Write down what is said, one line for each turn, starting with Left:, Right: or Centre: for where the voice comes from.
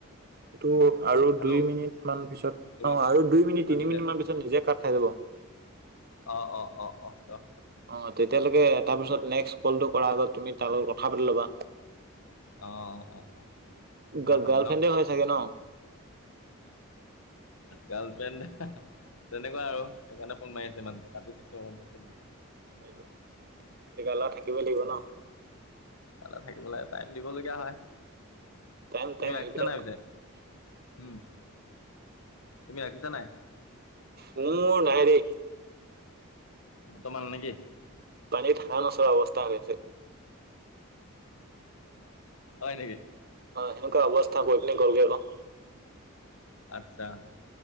Right: এইটো আৰু
Left: হেল্ল'
Right: দুই মিনিট মান পিছত অ',
Left: তুমি
Right: আৰু দুই মিনিট,
Left: অঁ,
Right: তিনি
Left: নিজে
Right: মিনিট মান পিছত নিজে কাট খাই যাব।
Left: অ', অ', অ', অ', অ'।
Right: অ', তেতিয়ালৈকে তাৰপিছত নেক্স ক'লটো কৰাৰ আগত তুমি তাৰ
Left: উম,
Right: লগত কথা পাতি ল'বা।
Left: অ', অ', অ', অ', তেনেকুৱা
Right: গ
Left: কৰিম
Right: গাৰ্লফ্ৰেণ্ডে হৈ চাগে ন?
Left: গাৰলফ্ৰেণ্ড তেনেকুৱা আৰু সেইকাৰণে ফোন মাৰি আছে ইমানকে কাটি দিছো অ' মোৰ ফোনটো।
Right: সেইটো এগ লৰা থাকিবই লাগিব ন।
Left: ে থাকিবলৈ টাইম দিবলগীয়া হয়।
Right: টাইম
Left: তুমি
Right: টাইম
Left: ৰাখিছা
Right: এইবিলাক
Left: নাই পিছে? উম। তুমি ৰাখিছা নাই?
Right: মোৰ নাইৰে।
Left: ব্তমান নেকি?
Right: পানী হা নচৰা অৱস্থা হৈ আছে।
Left: হয় নেকি?
Right: অ' সেনেকুৱা অৱস্থা গৈ পিনি কৰ গেকৌ।
Left: আচ্ছা,